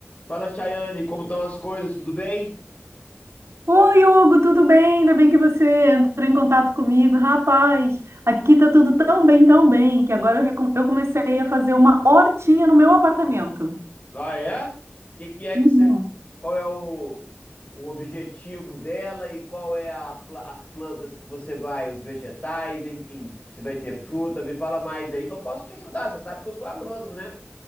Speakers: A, on the left (about 35°); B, on the right (about 80°).
A: Fala, Chayane, como estão as coisas? Tudo bem?
B: Oi, Hugo, tudo bem? Ainda bem que você entrou em contato comigo. Rapaz, aqui tá tudo tão bem, tão bem, que agora eu, recom- eu comecei a fazer uma hortinha no meu apartamento.
A: Ah, é? O que que é
B: Uhum.
A: que você. Qual é o, o objetivo dela e qual é a pla- as plantas que você vai, os vegetais, enfim, você vai ter fruta? Me fala mais aí que eu posso te ajudar. Você sabe que eu sou agrônomo, né?